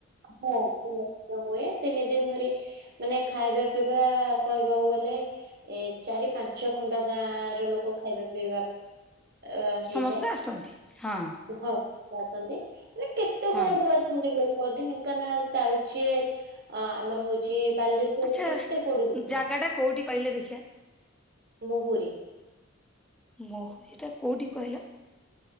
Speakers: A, on the right; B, in the centre.
A: ହଁ <unintelligible> ହୁଏ ତିନି ଦିନ ଧରି ମାନେ ଖାଇବା ପିଇବା କହିବାକୁ ଗଲେ ଏ ଚାରି ପାଞ୍ଚ ଖଣ୍ଡ ଗାଁ ର ଲୋକ ଖାଇବା ପିଇବା ଅ
B: ସମସ୍ତେ
A: ହେଇଥାଏ।
B: ଆସନ୍ତି ହଁ
A: କୁହ? ଆସନ୍ତି। କେତେ
B: ହଁ
A: କୁଆଡୁ ଆସନ୍ତି ଲୋକ ଢେଙ୍କାନାଳ ତାଲଚେର ଅ ଆମର ହଉଚି ବାଲେଶ୍ଵର
B: ଆଚ୍ଛା
A: କେତେ କୋଡୁ ଲୋକ
B: ଜାଗା ଟା କୋଉଠି କହିଲେ ଦେଖିବା?
A: ମହୁରୀ
B: ମହୁରୀ ଏଟା କୋଉଠି କହିଲ?